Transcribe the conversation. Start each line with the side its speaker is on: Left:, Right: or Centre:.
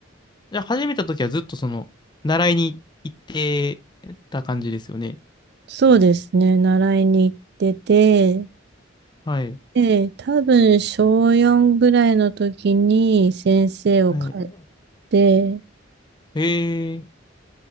Left: じゃあ、始めた時はずっとその、習いに行ってた感じですよね。
Right: そうですね、習いに行ってて、
Left: はい。
Right: で、多分小4ぐらいの時に先生を変え
Left: はい。
Right: て、
Left: えー、